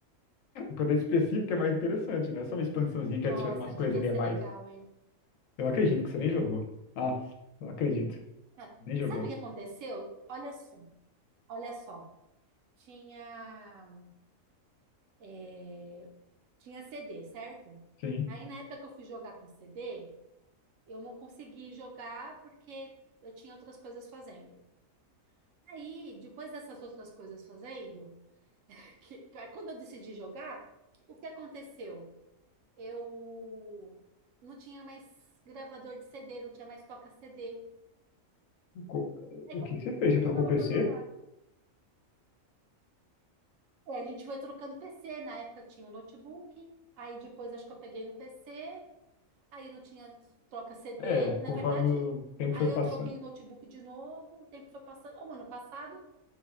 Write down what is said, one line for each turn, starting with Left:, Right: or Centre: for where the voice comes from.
Left: Quando é específico é mais interessante, né? Só uma expansãozinha que
Right: nossa,
Left: adiciona umas
Right: devia
Left: coisas ali
Right: ser
Left: a mais.
Right: legal, hein?
Left: Eu não acredito que você nem jogou. Ah, não acredito.
Right: É,
Left: Nem jogou.
Right: sabe o que aconteceu? Olha só, olha só. Tinha, é, tinha CD, certo?
Left: Sim.
Right: Aí na época que eu fui jogar com CD, eu não consegui jogar porque eu tinha outras coisas fazendo. Aí, depois dessas outras coisas fazendo, <laughs> que, que- aí quando eu decidi jogar, o que aconteceu? Eu não tinha mais gravador de CD, não tinha mais toca-CD.
Left: O co-
Right: É
Left: o que
Right: como
Left: que você
Right: tudo,
Left: fez? Você trocou
Right: ainda dava
Left: o PC?
Right: para jogar. É, a gente foi trocando PC, na época tinha o notebook, aí depois acho que eu peguei um PC, aí não tinha troca CD,
Left: É,
Right: na
Left: conforme
Right: verdade,
Left: o tempo
Right: o- aí
Left: foi passando.
Right: eu troquei o notebook de novo, o tempo foi passando, Ah, o ano passado,